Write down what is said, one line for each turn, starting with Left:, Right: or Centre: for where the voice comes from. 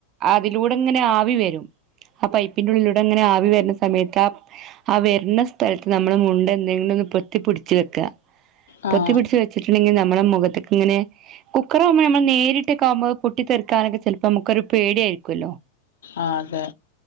Right: അതിലൂടെങ്ങനെ ആവി വരും ആ പൈപ്പിന്റെ ഉള്ളിലൂടെങ്ങനെ ആവി വ വരുന്ന സമയത്ത് ആ ആ വര്ണ സ്ഥലത്ത് നമ്മൾ മുണ്ടെന്തെങ്കിലുന്ന് പൊത്തിപ്പിടിച്ചു വെക്ക.
Left: ആഹ്
Right: പൊത്തി പിടിച്ചു വെച്ചി ങ്കിൽ നമ്മളേ മുഖത്തക്കെങ്ങനെ കുക്കറാവുമ്പോ നമ്മൾ നേരി ട്ടക്കാവ്മ്പത് പൊട്ടിത്തെറി ക്കാനൊക്കേ ചെലപ്പം നമ്മക്കൊരു പേടിയായിരിക്കൊല്ലോ
Left: ആ അതെ.